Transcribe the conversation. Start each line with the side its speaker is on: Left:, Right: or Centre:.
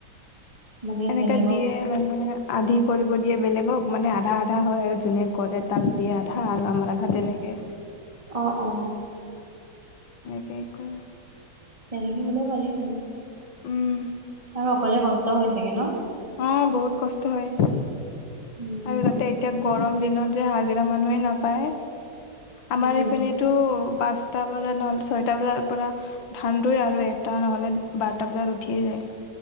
Right: মানে
Left: এনেকে
Right: বেলেগক
Left: দিয়ে মানে আধি কৰিব দিয়ে বেলেগক, মানে আধা আধা হয় আৰু যোনে কৰে তাক দিয়া আধা আৰু আমাৰ আধা তেনেকে।
Right: অ অ।
Left: হেনেকে কৰে।
Right: তেনেকৈ হ'লেও ভালেই বাৰু,
Left: উম
Right: আৰু অকলে কষ্ট হয় চাগে ন?
Left: অ বহুত কষ্ট হয়,
Right: উম
Left: আৰু তাতে এতিয়া গৰম দিনত যে হাজিৰা মানুহে নাপায়।
Right: সেইটোৱেতো।
Left: আমাৰ এইপিনেটো পাঁচ টা বজাত নহ'লে ছয়টা বজাৰ পৰা ধান দুই আৰু এটা নহলে বাৰটা বজাত উঠিয়ে যায়,